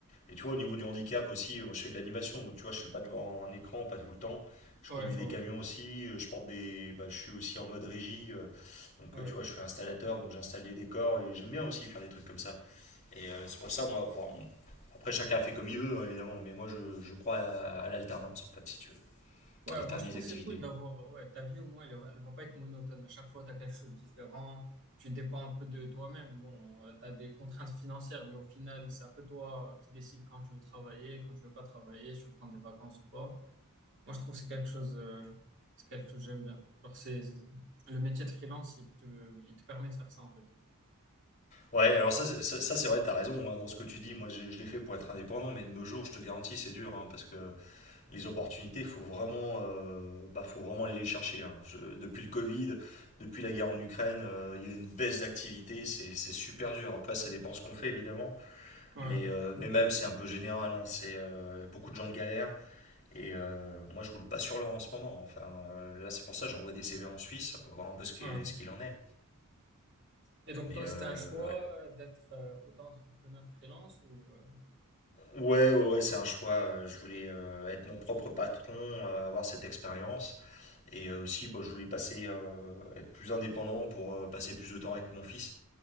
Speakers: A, on the left (about 35°); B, on the right (about 55°).
A: et tu vois, au niveau du handicap aussi, euh, moi je fais de l'animation, donc tu vois, je suis pas devant un écran, pas tout le temps. Je
B: Ouais,
A: conduis
B: je
A: des
B: vois.
A: camions aussi, euh, je porte des. bah, je suis aussi en mode régie, euh, donc
B: Ouais.
A: euh, tu vois, je suis installateur, donc j'installe des décors et j'aime bien aussi faire des trucs comme ça. Et euh, c'est pour ça, moi, enfin, bon, après chacun fait comme il veut, hein, évidemment, mais moi je, je crois à, à l'alternance en fait, si tu veux,
B: Ouais,
A: alterner
B: moi je trouve
A: les activités.
B: que c'est cool d'avoir, euh, ouais, ta vie au moins elle, va- elle va pas être monotone. À chaque fois, tu as quelque chose de différent, tu dépends un peu de toi-même. Bon, tu as des contraintes financières, mais au final, c'est un peu toi euh, qui décides quand tu veux travailler, quand tu veux pas travailler, si tu veux prendre des vacances ou pas. Moi je trouve que c'est quelque chose, euh, c'est quelque chose que j'aime bien. Genre, c'est, c'est- le métier de freelance, il te, il te permet de faire ça en fait.
A: Ouais, alors ça, c'est- ça, ça, c'est vrai, t'as raison hein, dans ce que tu dis. Moi, j'ai- je l'ai fait pour être indépendant, mais de nos jours, je te garantis, c'est dur, hein, parce que les opportunités, il faut vraiment, euh, bah, faut vraiment aller les chercher. hein. Je- depuis le Covid, depuis la guerre en Ukraine, euh, il y a une baisse d'activité, c'est c'est super dur. Après, ça dépend ce qu'on fait évidemment,
B: Ouais,
A: mais euh, mais même c'est un peu général. hein. C'est euh, beaucoup de gens galèrent et euh, moi je roule pas sur l'or en ce moment. Enfin, euh, là c'est pour ça que j'envoie des CV en Suisse, on va voir un peu ce qui-
B: ouais.
A: ce qu'il en est.
B: Et donc
A: Mais
B: toi,
A: euh,
B: c'était un choix
A: ouais.
B: euh, d'être euh, auto-entrepreneur freelance ou... euh,
A: Ouais, ouais, ouais, c'est un choix. Euh, Je voulais euh, être mon propre patron, euh, avoir cette expérience. Et euh, aussi, bah, je voulais passer, euh, être plus indépendant pour euh, passer plus de temps avec mon fils.